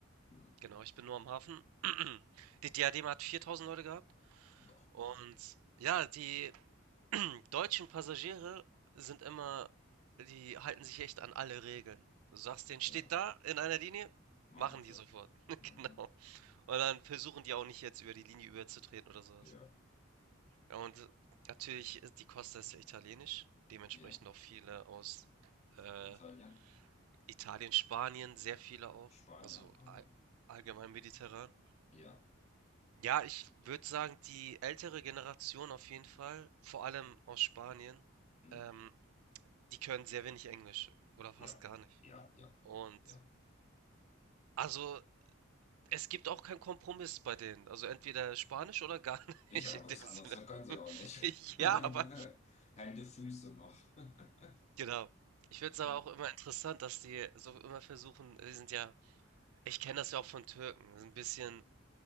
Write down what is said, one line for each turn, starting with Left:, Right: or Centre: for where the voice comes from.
Left: hm,
Right: genau, ich bin nur am Hafen. <clears throat> Die Diadema hat 4000 Leute gehabt
Left: boah,
Right: und ja, die <clears throat> Deutschen Passagiere sind immer die halten sich echt an alle Regeln. Du sagst denen: „Steht
Left: ja,
Right: da in einer Linie“,
Left: machen
Right: machen
Left: sie.
Right: die sofort. <laughs>
Left: Mhm,
Right: Genau. Und dann versuchen die auch nicht jetzt über die Linie überzutreten oder sowas.
Left: ja,
Right: Ja, und natürlich ist die Costa ist ja italienisch, dementsprechend
Left: ja.
Right: auch viele aus, äh,
Left: Italien,
Right: Italien, Spanien, sehr viele auch,
Left: Spanien,
Right: also
Left: aha.
Right: all allgemein mediterran.
Left: Ja,
Right: Ja, ich würde sagen, die ältere Generation auf jeden Fall, vor allem aus Spanien,
Left: hm,
Right: ähm Die können sehr wenig Englisch oder fast
Left: ja,
Right: gar nicht.
Left: ja, ja,
Right: Und
Left: ja.
Right: also es gibt auch keinen Kompromiss bei denen. Also entweder Spanisch oder gar <laughs>
Left: Ich
Right: nicht
Left: habe
Right: in
Left: was
Right: dem
Left: anderes,
Right: Sinne.
Left: dann können sie
Right: <laughs>
Left: auch nicht. <laughs>
Right: Ja, aber
Left: Hände, Füße noch. <laughs>
Right: genau. Ich finde es
Left: Ja,
Right: aber auch immer interessant, dass die so immer versuchen, die sind ja, ich kenne das ja auch von Türken, sind ein bisschen